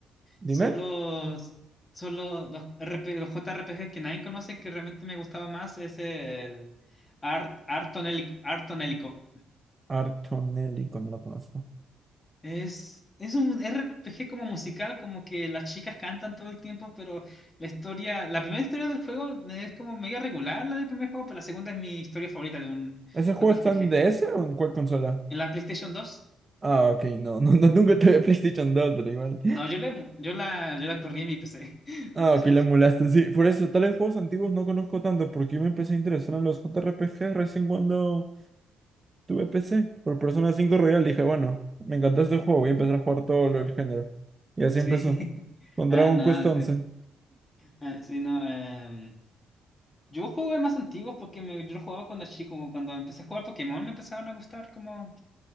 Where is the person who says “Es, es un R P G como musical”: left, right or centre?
Left